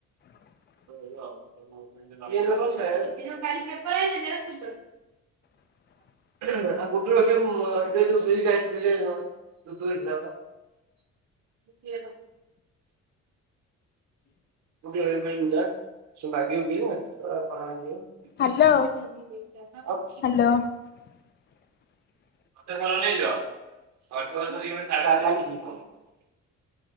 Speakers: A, on the left; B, on the right.
A: <inaudible>
B: <unintelligible> କାଲି ପେପର ଆଇଲା ଜେରକ୍ସ ପେପର।
A: ହ <unintelligible>
B: <unintelligible> ଟିକିଏ ରହ। <unintelligible> ସିଏ ମାଗିବ ବିଲନା <unintelligible> ଖରାପ ଭାବିବେ।
A: ହାଲୋ ହାଲୋ।
B: <unintelligible>
A: <inaudible>
B: <unintelligible>